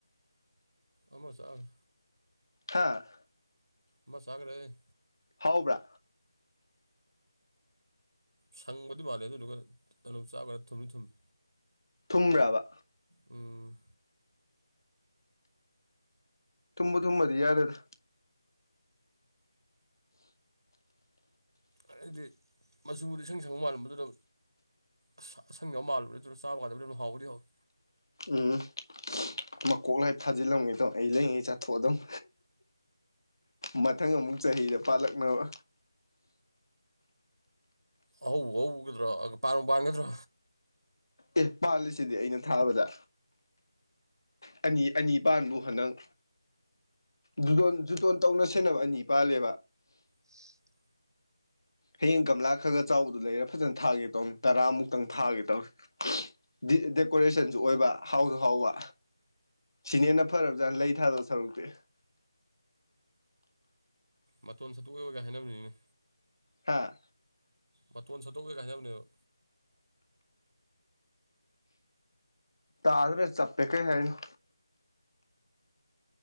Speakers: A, on the right; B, on the left.
A: ꯑꯃ ꯆꯥꯒ꯭ꯔꯦ
B: ꯍꯥꯥ
A: ꯑꯃ ꯆꯥꯒ꯭ꯔꯦ
B: ꯍꯥꯎꯕ꯭ꯔꯥ
A: ꯁꯪꯕꯗꯤ ꯃꯥꯜꯂꯦ ꯑꯗꯨꯗꯨꯒ ꯇꯂꯞ ꯆꯥꯕꯩꯔ ꯊꯨꯝꯅꯤ ꯊꯨꯝꯃꯤ
B: ꯊꯨꯝꯕ꯭ꯔꯥꯕ
A: ꯎꯝ
B: ꯊꯨꯝꯕꯨ ꯊꯨꯝꯃꯗꯤ ꯌꯥꯔꯦꯗ
A: ꯍꯥꯏꯗꯤ ꯃꯆꯨꯗꯨ ꯏꯁꯪ ꯁꯪꯕ ꯃꯥꯟꯕꯗꯨꯗ ꯑꯁ ꯑꯁꯪꯕ ꯃꯥꯜꯂꯨꯔꯦ ꯑꯗꯨꯒ ꯆꯥꯕ ꯀꯥꯟꯗꯕꯨꯗꯤ ꯑꯗꯨꯝ ꯍꯥꯎꯕꯨꯗꯤ ꯍꯥꯎꯏ
B: ꯎꯝ <unintelligible> ꯃꯀꯣꯛ ꯑꯥꯢ ꯊꯥꯖꯤꯜꯂꯝꯒꯦ ꯇꯧꯅꯤ ꯑꯩ ꯂꯩꯉꯩ ꯆꯥꯊꯣꯛꯑꯗꯧꯅꯤ ꯃꯊꯪ ꯑꯃꯨꯛ ꯆꯍꯤꯗ ꯄꯥꯜꯂꯛꯅꯕ
A: ꯍꯧꯕꯨ ꯍꯧꯒꯗ꯭ꯔꯣ ꯄꯥꯟꯕꯨ ꯄꯥꯟꯒꯗ꯭ꯔꯣ
B: ꯑꯦ ꯄꯥꯜꯂꯤꯁꯤꯗꯤ ꯑꯩꯅ ꯊꯥꯕꯗ ꯑꯅꯤ ꯑꯅꯤ ꯄꯥꯟꯕꯨ ꯍꯟꯗꯛ ꯖꯨꯇꯣꯟ ꯖꯨꯇꯣꯟ ꯇꯧꯅ ꯁꯦꯟꯅꯕ ꯑꯅꯤ ꯄꯥꯜꯂꯦꯕ
A: ꯁꯤ <unintelligible>
B: ꯍꯌꯦꯡ ꯒꯝꯂꯥ ꯈꯔꯒ ꯆꯥꯎꯕꯗꯣ ꯂꯩꯔ ꯐꯖꯅ ꯊꯥꯒꯦ ꯇꯧꯅꯤ ꯇꯔꯥꯃꯨꯛꯇꯪ ꯊꯥꯒꯦ ꯇꯧꯅꯤ ꯗꯦꯀꯣꯔꯦꯁꯟꯁꯨ ꯑꯣꯏꯕ ꯍꯧꯍꯧꯕ ꯁꯤꯅ ꯍꯦꯟꯅꯥ ꯐꯔꯕ ꯖꯥꯠꯅ ꯂꯩ ꯊꯥꯗꯣ ꯁꯔꯨꯛꯇꯦ
A: ꯃꯇꯣꯟ ꯁꯠꯇꯣꯛ <unintelligible> ꯍꯥꯏꯅꯕꯅꯤꯅꯦ
B: ꯍꯥꯥ
A: ꯃꯇꯣꯟ ꯁꯠꯇꯣꯛꯎ ꯀꯥꯏꯅ ꯍꯥꯌꯅꯥꯕꯅꯦꯕ
B: ꯇꯥꯗ꯭ꯔꯦ ꯆꯞꯄꯦ ꯀꯩ ꯍꯥꯏꯔꯤꯅꯣ